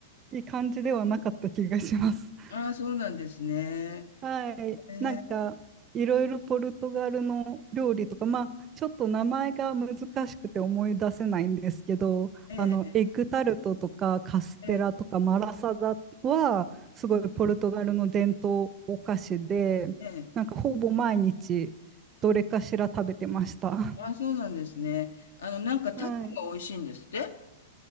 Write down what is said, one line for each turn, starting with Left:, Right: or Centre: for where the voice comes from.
Right: い感じではなかった気がします。
Left: ああ、そうなんですね。
Right: はい、
Left: ええ
Right: なんかいろいろポルトガルの料理とか、まあ、ちょっと名前が難しくて思い出せないんですけど、
Left: ええ
Right: あのエッグタルトとかカステラとかマラサダはすごいポルトガルの伝統お菓子で、
Left: ええええええ
Right: なんかほぼ毎日どれかしら食べてました。
Left: あ、そうなんですね。あの、なんかタコが美味しいんですって
Right: <laughs> はい。